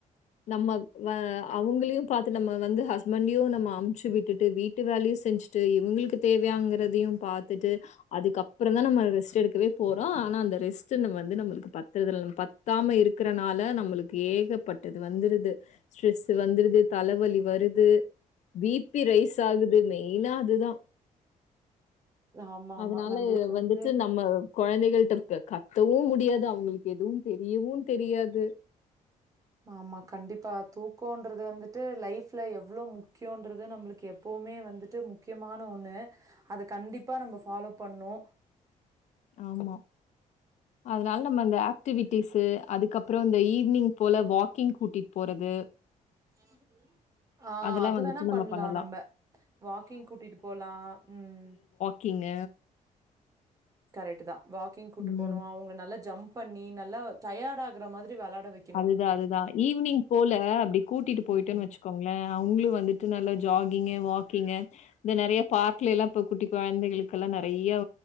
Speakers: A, on the left; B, on the right.
A: நம்மக் வ அவங்களையு பாத்து நம்ம வந்து ஹஸ்பண்ட்யு நம்ம அம்ச்சு விட்டுட்டு வீட் ட்டு வேலையு செஞ்சுட்டு இவ்ங்குள்க்கு தேவையாங்கறதயு பாத்துட்டு அதுக்கப்ற தா நம்ம ரெஸ்ட்டு எடுக்கவே போறோ ஆனா அந்த ரெஸ்ட்டு நம்ம அந்து நம்ளுக்கு பத்தறதுல்லும் பத்தாம இருக்றனால நம்மளுக்கு ஏகப்பட்டது வந்துருது ஸ்ட்ரெஸ் வந்துருது தலவலி வருது பிப்பி ரைஸ் ஆகுது மெய்னா அதுதா
B: ஆமா
A: அதனாலய்
B: ஆமா நம்மளுக்கு
A: வந்துட்டு
B: வந்து
A: நம்மவ் குழந்தைகள்ட கத்தவு முடியாது அவங்களுக்கு எதுவு தெரியவு தெரியாது
B: ஆமா கண்டிப்பா தூக்கோன்றது வந்துட்டு லைஃப்ல எவ்ளோ முக்கியோன்றது நம்ளுக் எப்பவுமே வந்துட்டு முக்கியமான ஒன்னு அத கண்டிப்பா நம்ம ஃபாலோ பண்ணு
A: ஆமா அதனால நம்ம அந்த ஆக்டிவிட்டிஸ்சு அதுக்கப் அப்ற இந்த ஈவி்னிங் போல வாக்கிங் கூட்டிட் போறது
B: <unintelligible> ஆ
A: அதெல்லாம்
B: அது
A: வந்துட்டு
B: வேணா
A: நம்ம
B: பண்லா
A: பண்ணலாம்.
B: நம்ம வாக்கிங் கூட்டிட் போலா ம்
A: க்கீங்க
B: கரக்ட்தா வாக்கிங் கூட்டு
A: ம்.
B: போனு அவங்க நல்லா ஜம்ப் பண்ணி நல்லா டயர்ட் ஆகுற மாதிரி வெளாட வைக்
A: அதுதா அதுதா ஈவ்னிங் போல அப்டி கூட்டிட் போய்ட்டன்
B: ம்.
A: வச்சுக் கோங்ளே அவங்களு வந்துட்டு நல்லா ஜாகிங்கு வாக்கிங்கு இந்த நெறய பார்க்லல்லா இப்ப குட்டி குழந்தைகளுக்கெல்லா நிறைய